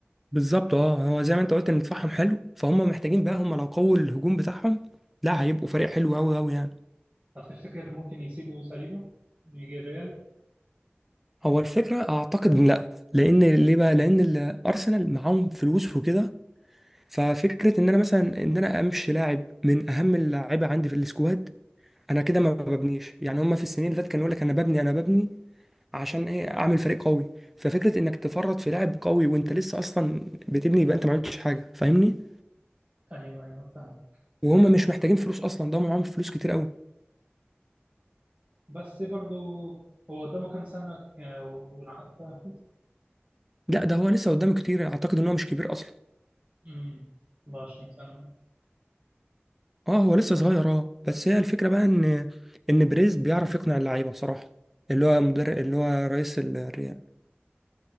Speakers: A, in the centre; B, on the right.
A: بالظبط اه هو زي ما انت قلت ان دفاعهم حلو فهم محتاجين بقى هم لو قووا الهجوم بتاعهم لا هيبقوا فريق حلو قوي قوي يعني
B: طب تفتكر ممكن يسيبوا صليبه يجي الريال
A: هو الفكرة أعتقد إن لأ لأن ليه بقى؟ لأن الأرسنال معاهم فلوس وكده ففكرة إن أنا مثلا إن أنا أمشي لاعب من أهم اللعيبة عندي في السكواد أنا كده ما ببنيش يعني هما في السنين اللي فاتت كانوا يقول لك أنا ببني أنا ببني عشان إيه أعمل فريق قوي ففكرة إنك تفرط في لاعب قوي وأنت لسه أصلا بتبني يبقى أنت ما عملتش حاجة فاهمني؟
B: ايوه ايوه فاهم
A: وهم مش محتاجين فلوس أصلا ده معاهم فلوس كتير قوي
B: بس برضو هو قدامه كام سنة آه، والعقد بتاعه
A: لا ده هو لسه قدامه كتير أعتقد إن هو مش كبير أصلا
B: امم 24 سنة
A: اه هو لسه صغير اه بس هي الفكره بقى ان ان بريز بيعرف يقنع اللعيبه بصراحه اللي هو مدرب اللي هو رئيس الريال